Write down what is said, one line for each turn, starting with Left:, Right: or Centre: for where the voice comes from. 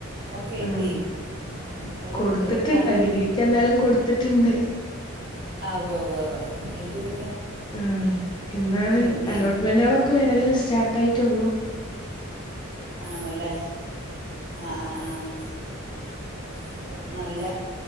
Right: ഒക്കെ
Left: മ്ഹ്
Right: എന്ത് ചെയ്യ് ഒരു
Left: കൊടുത്തിട്ടു
Right: ഒരു നല്ലൊരു
Left: ആ ഡിഗ്രിക്ക് എന്തായാലും കൊടുത്തിട്ടിണ്ട്
Right: ആഹ് ഉവ്വ ഉവ്വ ഉവ്വ എന്ത് കി
Left: മ്ഹ് ഇന്നാണ്
Right: എന്ത് ചെയ്യ്
Left: അലോട്ട്മെന്റുകളൊക്കെ വരല് സ്റ്റാർട്ട് ആയിട്ടേ ഉള്ളൂ
Right: ആണല്ലേ? ആഹ് ആഹ് ആഹ് അപ്പോം നല്ല